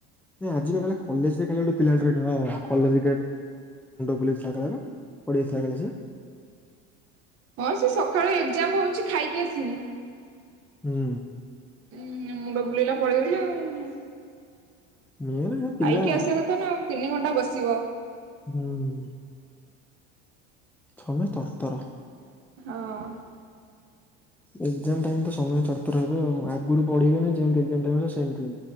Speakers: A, in the centre; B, on the right.
A: ଆଜିର କଲେଜ ଗୋଟେ ପିଲା କାହାଣ୍ଡ ବଳେ ପେଇଳେଇଲା ସେ
B: ହଁ ସେ ସକାଳ ଏକ୍ଜାମ ହଉଛି। ଖାଇକି ଆସିଲି
A: ହୁଁ।
B: ହୁଁ ମୁଣ୍ଡ ବୁଲେଇଲା ପଡିଗଲା ଆଉ।
A: ମେନ ଯୋଉ ପିଲା
B: ଖାଇକି ଆସିବା କଥା ନା ଆଉ ତିନି ଘଣ୍ଟା ବସିବ।
A: ହୁଁ। ଥମେ ତରତର।
B: ହଁ।
A: ଏଗଜାମ୍ ଟାଇମ୍ ତ ସମୟେ ତରତର ହେବେ ଆଉ ଆଗରୁ ପଢେଇବେନି ଯେମିତି ଏଗଜାମ୍ ଟାଇମ୍ ସେମିତି